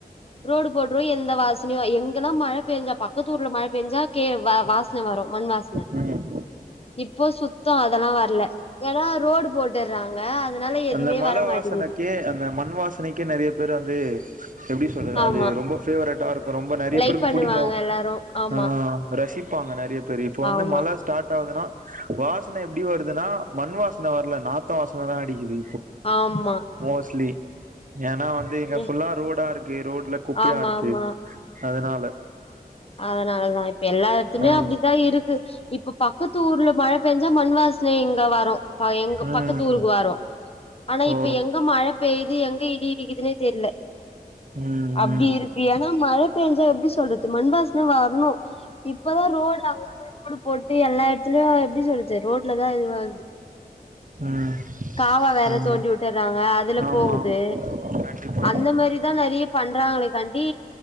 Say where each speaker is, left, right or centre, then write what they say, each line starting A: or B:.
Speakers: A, on the left (about 40°); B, on the right (about 55°).
A: ரோடு போட்டுறோ எந் எந்த வாசனயு எங்க எங்கல்லா மழ பேஞ்சா பக்கத்தூர்ல மழ பேஞ்சா கே வாசன வரு மண் வாசன
B: ம்
A: இப்போ சுத்தோ அதெல்லா வரல ஏடோ ரோடு போட் விட்டுறாங்க அதனால எதுவுமே
B: அந்த மழ
A: வர மாட்டேங்குது
B: வாசனைக்கே அந்த மண் வாசனைக்கே நெறய பேர் வந்து எப்டி சொல்றது
A: ஆமா
B: அது ரொம்ப பேவரட்டா இருக்கு இப்ப ரொம்ப நெறய
A: லைக்
B: பேருக்கு
A: பண்ணுவாங்க
B: புடிக்கு
A: எல்லாரு ஆமா
B: ஆ ரசிப்பாங்க நெறய பேரு இப்ப வந்து
A: ஆமா
B: மழ ஸ்டார்ட் ஆகுதுனா வாசன எப்டி வருதுன்னா மண் வாசன வரல நாத்த த்த வாசன தா அடிக்குது
A: ஆமா
B: மோஸ்ட்லி ஏன்னா வந்து இங்க
A: ம்
B: ஃபுல்லா ரோடா இருக்கு ரோட்ல குப்பையா
A: ஆமா
B: இருக்கு
A: ஆமா
B: அதனால
A: அதனாலதா இப்ப எல்லா எடத்துலயு
B: ஆ
A: அப்டித்தா இருக்கு இப்ப பக்கத்து ஊர்ல மழ பேஞ்சா மண் வாசன இங்க வரு பாயு எங்க
B: ம்
A: பக்கத்து ஊருக்கு வாரு ஆனா
B: ஓ
A: இப்ப எங்க மழ பேய்து எங்க இடி இடிக்குதுனே தெர்ல
B: ம்
A: அப்டி இருக்கு ஏன்னா மழ பேஞ்சா எப்டி சொல்றது மண்வா சன வரணு இப்பதா ரோடு அங்கங்க ரோடு போட்டு எல்லா எடத்துலயு எப்டி சொல்றது ரோட்லதா இதுவாகுது
B: ம் ம்
A: காவா வேற
B: ஆமா
A: தோண்டி விட்டுறாங்க அ இதுல
B: ஆமா
A: போகுது
B: கண்டிப்பா
A: அந்த மாரி தா நெறய பண்றாங்களக்காண்டி